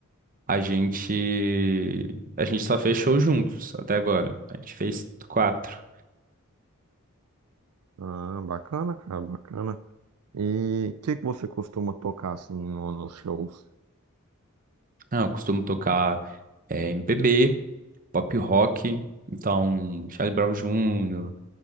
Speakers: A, on the right; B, on the right.
A: a gente, a gente só fez show juntos até agora. A gente fez quatro.
B: Ah, bacana, cara, bacana. E o que que você costuma tocar assim no- nos shows?
A: Ah, eu costumo tocar eh, MPB, pop rock, então Charlie Brown Jr.,